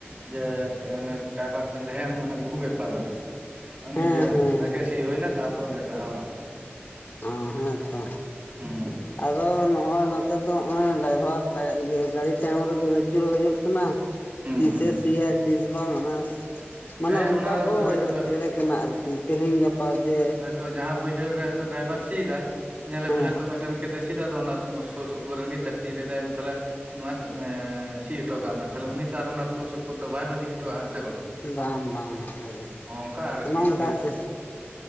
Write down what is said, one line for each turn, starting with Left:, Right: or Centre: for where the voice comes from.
Right: ᱡᱮ ᱦᱟᱸᱱᱮ ᱰᱨᱟᱭᱵᱷᱟᱨ ᱯᱟᱸᱡᱟᱭᱟᱢ ᱢᱟᱱᱮ ᱵᱚᱦᱩ ᱵᱮᱯᱟᱨ ᱟᱨᱠᱤ ᱟ ᱱᱤᱡᱮᱨᱟᱜ
Left: ᱦᱮᱸ ᱦᱮᱸ
Right: ᱟᱜᱮ ᱥᱤ ᱦᱩᱭᱱᱟ ᱛᱟᱨᱯᱚᱨ ᱮᱴᱟᱜ ᱦᱚᱲᱟᱜ᱾
Left: ᱚ ᱦᱮᱸᱛᱚ
Right: ᱦᱩᱸ
Left: ᱟᱫᱚ ᱱᱚᱜᱼᱚᱭ ᱱᱚᱛᱮ ᱫᱚ ᱱᱚᱜᱼᱚᱭ ᱰᱟᱭᱵᱷᱟᱨ ᱛᱟᱭ ᱤᱭᱟᱹ ᱜᱟᱹᱲᱤ ᱛᱟᱭᱚᱢ ᱨᱮ ᱫᱟᱹᱲ ᱟᱪᱩᱨᱚᱜ ᱦᱩᱭᱩᱜ ᱠᱟᱱᱟ
Right: ᱦᱩᱸ
Left: ᱛᱤᱥᱮ
Right: ᱦᱩᱸ
Left: ᱥᱮᱟᱭ ᱛᱤᱥ ᱵᱟᱝ ᱚᱱᱟ ᱢᱟᱱᱮ
Right: ᱦᱮᱸ
Left: ᱚᱱᱠᱟ
Right: ᱚᱱᱟ
Left: ᱠᱚ
Right: ᱫᱟᱹᱲ ᱟᱹᱪᱩᱨ
Left: ᱮᱲᱮ ᱠᱟᱱᱟ ᱟᱨᱠᱤ ᱛᱮᱦᱮᱧ ᱜᱟᱯᱟ ᱡᱮ
Right: ᱛᱚ ᱡᱟᱦᱟᱸ ᱵᱟᱹᱭᱦᱟᱹᱲ ᱨᱮ ᱦᱚᱭᱛᱚ ᱰᱨᱟᱭᱵᱷᱟᱨ ᱥᱤᱫᱟᱭ ᱧᱮᱞᱟᱵᱤᱱ
Left: ᱦᱮᱸ
Right: ᱦᱚᱭᱛᱚ ᱢᱮᱫᱴᱮᱱ ᱠᱷᱮᱛ ᱮ ᱥᱤ ᱟᱫ ᱟᱫᱚ ᱚᱱᱟ ᱥᱩ ᱥᱩᱨ ᱥᱩᱯᱩᱨ ᱨᱮᱱ ᱜᱮ ᱪᱟᱹᱥᱤ ᱞᱟᱹᱭᱫᱟ ᱛᱟᱦᱚᱞᱮ ᱱᱚᱣᱟ ᱮᱸ ᱥᱤ ᱦᱚᱴᱚ ᱠᱟᱜ ᱢᱮ ᱛᱟᱦᱚᱞᱮ ᱩᱱᱤ ᱛᱚ ᱟᱨ ᱚᱱᱟ ᱥᱩᱨ ᱥᱩᱯᱩᱨ ᱫᱚ ᱵᱟᱭ ᱵᱟᱹᱜᱤ ᱦᱚᱴᱚᱣᱟᱜᱼᱟ ᱦᱮᱸᱥᱮ ᱵᱟᱝ?
Left: ᱵᱟᱝ ᱵᱟᱝ ᱦᱳᱭ
Right: ᱚᱱᱠᱟ ᱟᱨᱠᱤ
Left: ᱚᱱᱮ ᱚᱱᱠᱟ
Right: ᱠᱮᱥ
Left: ᱥᱤᱥ